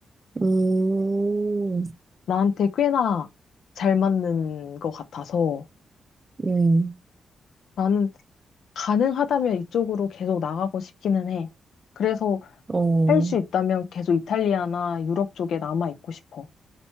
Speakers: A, on the right; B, on the left.
A: 음,
B: 나한테 꽤나 잘 맞는 것 같아서
A: 음,
B: 나는 가능하다면 이쪽으로 계속 나가고 싶기는 해. 그래서
A: 어,
B: 할 수 있다면 계속 이탈리아나 유럽 쪽에 남아 있고 싶어.